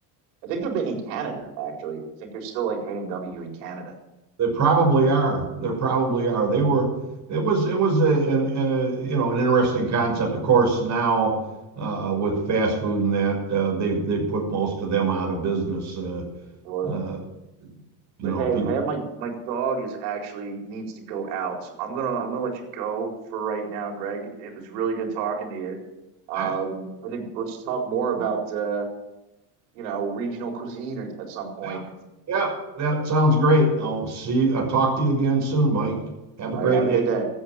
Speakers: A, on the right; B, on the right.
A: I think they're big in Canada actually. I think they're still like A and W in Canada
B: They probably are. There probably are. They were. It was. It was a, an a you know an interesting concept. Of course, now uh, with fast food and that, uh, they they put most of them out of business. Uh,
A: or
B: uh, you
A: But
B: know,
A: hey,
B: people.
A: I have my my dog is actually needs to go out, so I'm gonna I'm gonna let you go for right now, Greg. It was really good talking to you.
B: All
A: Um,
B: right.
A: I think let's talk more about uh, you know regional cuisine at at some point.
B: Yeah. Yeah. That sounds great. I'll see. you. I'll talk to you again soon, Mike. Have
A: All
B: a
A: right,
B: great
A: have
B: day.
A: a good day.